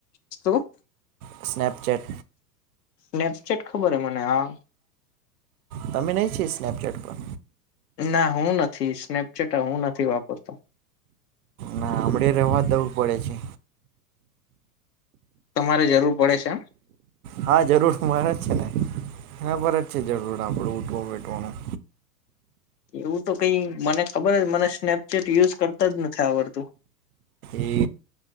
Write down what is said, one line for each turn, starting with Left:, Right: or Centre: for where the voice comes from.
Left: શું?
Right: સ્નેપચેટ.
Left: સ્નેપચેટ ખબર હે મને આ
Right: તમે નહીં છી સ્નેપચેટ પર
Left: ના હું નથી સ્નેપચેટ હું નથી વાપરતો.
Right: ના હમડે રેવા દવું પડે છે.
Left: તમારે જરૂર પડે છે આમ.
Right: હા જરૂર મારે જ છે ને એના પર જ છે જરૂર આપડુ ઊઠવા બેઠવાનું.
Left: એવું તો કઈ મને ખબર મને સ્નેપચેટ યુઝ કરતા જ નથ આવડતું.
Right: એ